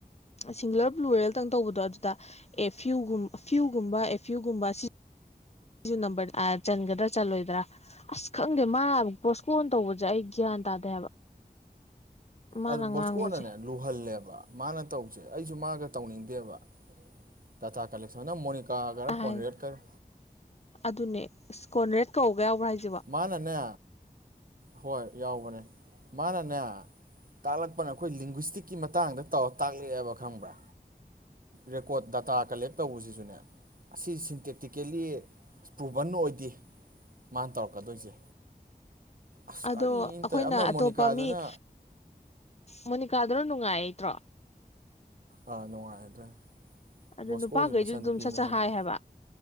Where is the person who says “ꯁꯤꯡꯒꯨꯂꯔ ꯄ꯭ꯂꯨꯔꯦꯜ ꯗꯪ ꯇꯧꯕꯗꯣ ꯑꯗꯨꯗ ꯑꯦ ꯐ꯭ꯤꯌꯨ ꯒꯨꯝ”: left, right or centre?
Left